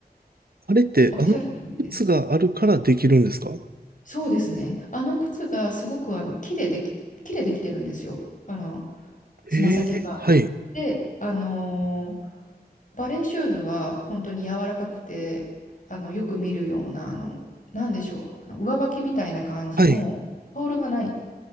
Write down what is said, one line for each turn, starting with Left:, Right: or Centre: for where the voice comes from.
Right: あれってあの靴があるからできるんですか
Left: おっしゃる通りです。そうですね。あの靴がすごくあの木ででき、木でできてるんですよ。あの、つま先が。
Right: ええはい、
Left: で、あのーバレーシューズは本当に柔らかくて、あの、よく見るような、あの、なんでしょう、あの上履きみたいな感じの、
Right: はい、
Left: ソールがない、